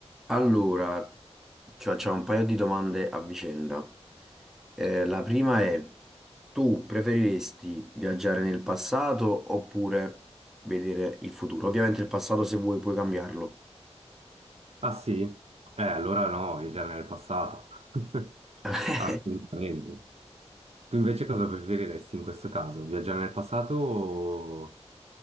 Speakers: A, in the centre; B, on the right.
A: Allora, ci facciamo un paio di domande a vicenda. Eh, la prima è, tu preferiresti viaggiare nel passato oppure vedere il futuro? Ovviamente il passato se vuoi puoi cambiarlo.
B: Ah sì? Eh, allora no, viaggiare nel passato. <laughs>
A: <laughs>
B: Assolutamente. Tu invece cosa preferiresti in questo caso? Viaggiare nel passato o,